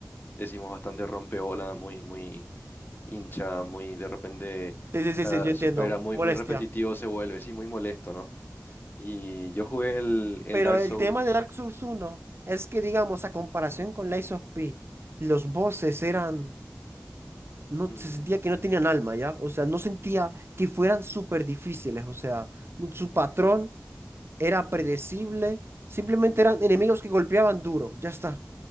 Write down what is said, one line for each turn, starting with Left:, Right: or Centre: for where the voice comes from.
Left: decimos bastante rompeola, muy, muy... hincha, muy de repente
Right: Sí, sí, sí,
Left: ah,
Right: sí, yo entiendo.
Left: supera, muy,
Right: Molestia.
Left: muy repetitivo se vuelve, sí, muy molesto, ¿no? Y yo jugué el, el
Right: Pero
Left: Dark
Right: el
Left: Souls.
Right: tema de Dark Souls uno es que, digamos, a comparación con Lies of P, los bosses eran. No,
Left: mm,
Right: se sentía que no tenían alma, ¿ya? O sea, no sentía que fueran súper difíciles. O sea, su patrón era predecible. Simplemente eran enemigos que golpeaban duro. Ya está.